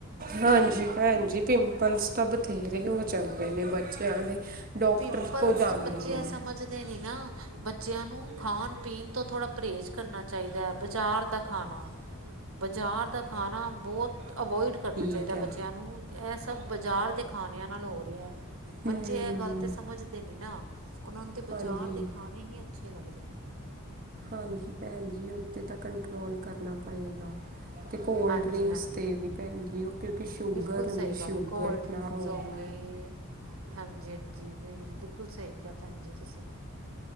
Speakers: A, on the right; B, on the right.
A: ਹਾਂਜੀ ਭੈਣ ਜੀ ਪਿੰਪਲਸ ਤਾਂ ਬਥੇਰੇ ਹੋ ਜਾਂਦੇ ਨੇ ਬੱਚਿਆਂ ਦੇ ਡਾਕਟਰ
B: ਪਿੰਪਲਸ
A: ਕੋਲ ਜਾਂਦੇ
B: ਬੱਚੇ
A: ਨੇ
B: ਇਹ ਸਮਝਦੇ ਨੀ ਨਾ ਬੱਚਿਆਂ ਨੂੰ ਖਾਣ ਪੀਣ ਤੋਂ ਥੋੜ੍ਹਾ ਪਰਹੇਜ਼ ਕਰਨਾ ਚਾਹੀਦਾ ਹੈ ਬਜ਼ਾਰ ਦਾ ਖਾਣਾ ਬਜ਼ਾਰ ਦਾ ਖਾਣਾ ਬਹੁਤ ਅਵੋਇਡ ਕਰਨਾ
A: ਠੀਕ
B: ਚਾਹੀਦਾ
A: ਹੈ
B: ਬੱਚਿਆਂ ਨੂੰ ਇਹ ਸਭ ਬਾਜ਼ਾਰ ਦੇ ਖਾਣਿਆਂ ਨਾਲ ਹੋ ਰਿਹਾ
A: ਹਮ
B: ਬੱਚੇ ਇਹ ਗੱਲ ਤੇ ਸਮਝਦੇ ਨਇ ਨਾ ਉਹਨਾਂ ਨੂੰ ਤੇ
A: ਹਾਂਜੀ
B: ਬਾਜ਼ਾਰ ਦੇ ਖਾਣੇ ਹੀ ਅੱਛੇ ਲੱਗਦੇ ਨੇ
A: ਹਾਂਜੀ ਭੈਣ ਜੀ ਉੱਥਤੇ ਤਾਂ ਕੰਟਰੋਲ ਕਰਨਾ ਪਏਗਾ ਅਤੇ ਕੋਲਡ
B: ਹਾਂਜੀ
A: ਡਰਿੰਕਸ
B: ਹਾਂਜੀ
A: 'ਤੇ ਵੀ ਭੈਨਹੀਂ ਉਹ ਕਿਉਂਕਿ ਸ਼ੂਗਰ
B: ਬਿਲਕੁਲ
A: ਹੁੰਦੀ
B: ਸਹੀ ਗੱਲ
A: ਸ਼ੂਗਰ
B: ਹੈ ਕੋਲਡ ਡਰਿੰਕਸ
A: ਨਾ ਹੋਵੇ
B: ਹੋ ਗਏ ਹਾਂਜੀ ਹਾਂਜੀ ਵੀ ਬਿਲਕੁਲ ਸਹੀ ਕਿਹਾ ਭੈਣ ਜੀ ਤੁਸੀਂ